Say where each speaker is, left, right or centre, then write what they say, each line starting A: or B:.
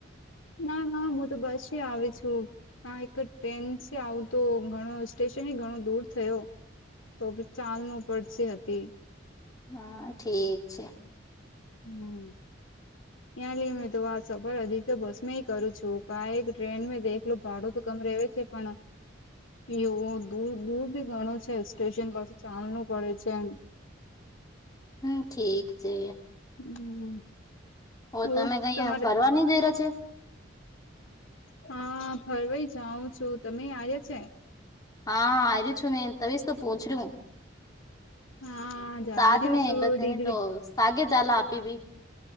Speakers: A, on the left (about 85°); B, on the left (about 20°).
A: ના ના હું તો બસ આવી છું હા એક ટ્રેન છે આવું તો ઘણો સ્ટેશન ઘણો દૂર થયો તો બી ચાલ ન પડશે હતી
B: હા ઠીક છે.
A: હમ
B: <inaudible>
A: ત્યાં લઈ મે તો આ સફર અધિક તો બસ માં કરું છું ક ટ્રેન દેખલો ભાડો તો કમ રેવે છે. પણ એવું દૂર દૂર ભી ઘણો છે સ્ટેશન પાછ ચાલવ પડે છે.
B: હમ ઠીક છે
A: હમ
B: ઓ
A: ઓર
B: તમે કઈ
A: તમારે
B: ફ <unintelligible>
A: હા ફરવાઈ જાઉં છું તમે આવ્યા છે?
B: હા હા આયરુ છું, ને તબીસ તો પૂછરી હું.
A: હા જા
B: સાથ
A: રહ્યું
B: મે
A: છું
B: બસ
A: ડિગ્રી
B: એની તો સાગે ચાલા આપી ભી.